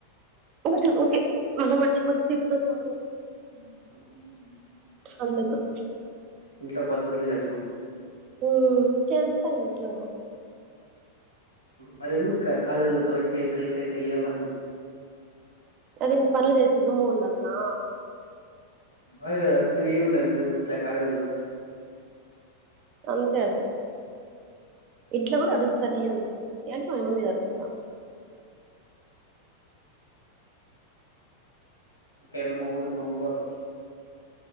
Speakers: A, on the right; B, on the left.
A: ఓ ఓకే మళ్ళీ మర్చిపోతే తిడతాది మమ్మీ
B: ఆ
A: అందుకు
B: ఇంట్లో భద్రతలు చేస్తాం
A: ఉ చేస్తా ఇంట్లో
B: మరి ఎందుకు కాలేజీ లో క కై కై కై కై ఎలాగంట
A: అది ఏంటి పనులు చేస్త గమ్ము ఉండాలనా
B: అ అర్తనే ఏ ఉండు ఎంతసెపు కాలేజీ లో
A: అంతే అది ఇంట్లో కూడా అరుస్తానే ఉంటా ఏంటి మా మమ్మీ మీద అరుస్తా
B: ఇకాళ మా ఊర్లో ఉలువలు